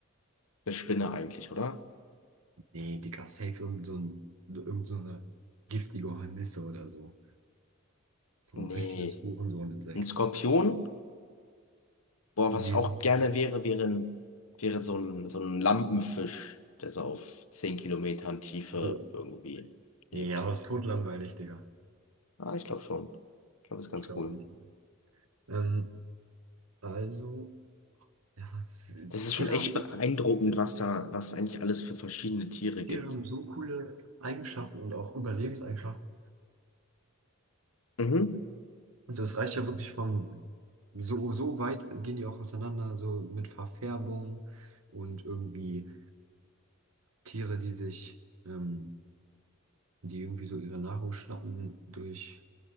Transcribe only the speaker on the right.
Nee, Digga, safe irgend so ein, irgend so eine giftige Hornisse oder so. So
ein richtiges Hurensohn-Insekt.
Nee,
so-
oh.
Nee, aber es ist totlangweilig, Digga.
Ich glaube
nicht. Ähm, also, ja, es,
Tiere
haben
so,
Tiere haben so coole Eigenschaften und auch Überlebenseigenschaften.
Also es reicht ja wirklich von so, so weit gehen die auch auseinander, so mit Verfärbung und irgendwie Tiere, die sich, ähm, die irgendwie so ihre Nahrung schnappen durch